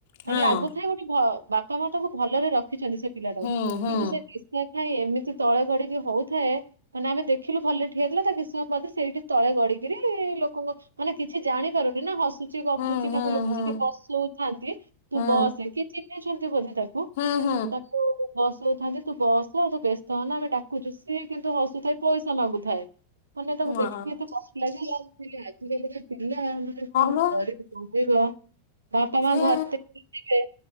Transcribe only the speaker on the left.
ହଁ
ହୁଁ ହୁଁ
ହୁଁ ହୁଁ
ହୁଁ
ହୁଁ
ହୁଁ ହୁଁ
ହଁ
ହଁ ବା
ଏ